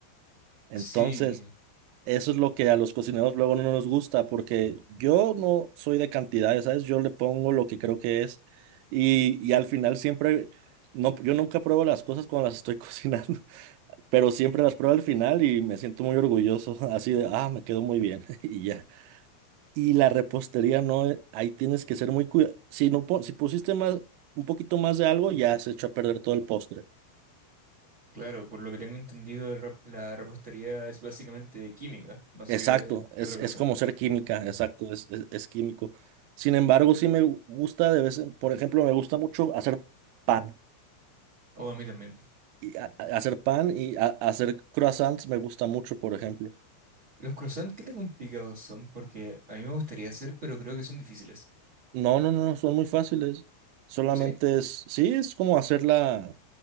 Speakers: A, on the right (about 85°); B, on the right (about 70°).
A: Entonces,
B: Sí,
A: eso es lo que a los cocineros luego no nos gusta, porque yo no soy de cantidades, ¿sabes? Yo le pongo lo que creo que es y, y al final siempre, no, yo nunca pruebo las cosas cuando las estoy <laughs> cocinando, pero siempre las pruebo al final y me siento muy orgulloso, así de, ah, me quedó muy bien <laughs> y ya. Y la repostería no, eh, ahí tienes que ser muy cuidado. Si no, pon- si pusiste más, un poquito más de algo, ya se echó a perder todo el postre.
B: claro, por lo que tengo entendido, el rep- la repostería es básicamente química, más
A: Exacto,
B: que,
A: es,
B: que otra
A: es
B: cosa.
A: como ser química, exacto, es, es, es químico. Sin embargo, sí me gu- gusta de vez en, por ejemplo, me gusta mucho hacer pan.
B: O a mí también.
A: Y a- a- hacer pan y a- hacer croissants me gusta mucho, por ejemplo.
B: Los croissants, ¿qué tan complicados son? Porque a mí me gustaría hacer, pero creo que son difíciles.
A: No, no, no, no, son muy fáciles. Solamente
B: ¿Sí?
A: es, sí, es como hacerla,